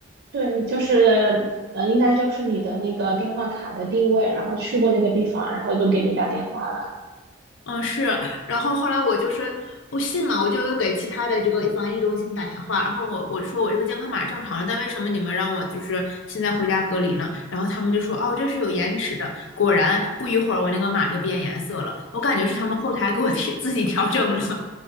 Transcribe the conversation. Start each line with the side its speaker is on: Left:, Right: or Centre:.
Right: 对，就是呃，应该就是你的那个电话卡的定位，然后去过那个地方，然后就给你打电话了。
Left: 嗯，是，然后后来我就是不信嘛，我就又给其他的这个防疫中心打电话，然后我我说我这个健康码正常了，但为什么你们让我就是现在回家隔离呢？然后他们就说哦，这是有延迟的。果然不一会儿我那个码就变颜色了，我感觉是他们后台给我 <laughs> 调自己调整了。